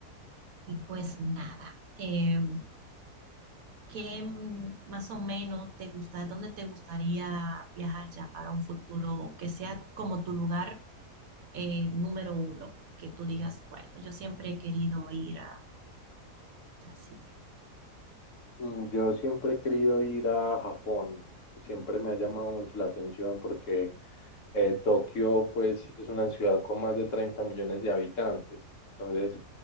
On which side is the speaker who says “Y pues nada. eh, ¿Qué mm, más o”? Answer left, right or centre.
Right